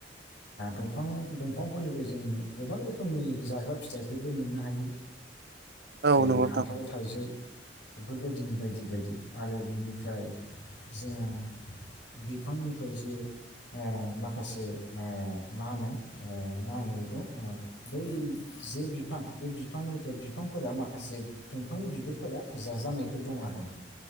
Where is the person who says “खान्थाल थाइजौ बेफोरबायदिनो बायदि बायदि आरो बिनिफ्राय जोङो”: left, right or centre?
Left